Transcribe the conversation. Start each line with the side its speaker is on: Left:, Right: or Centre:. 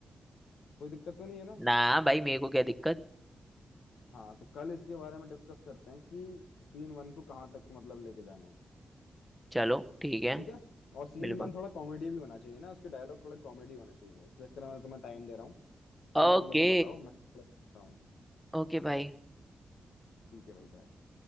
Left: कोई दिक्कत तो नहीं है ना
Centre: ना भाई मेरे को क्या दिक्कत
Left: हाँ तो कल इसके बारे में डिस्कस करते हैं कि सीन वन को कहाँ तक मतलब लेके जाना है
Centre: चलो ठीक है
Left: ठीक है और सीन
Centre: बिल्कुल
Left: वन थोड़ा कॉमेडी भी होना चाहिए ना उसके डायलॉग थोड़ा कॉमेडी होना चाहिए इसलिए मैं तुम्हें टाइम दे रहा हूँ कल
Centre: ओके
Left: तक मुझे बताओ मैं थोड़ा सोचता हूँ
Centre: ओके भाई
Left: ठीक है भाई बाय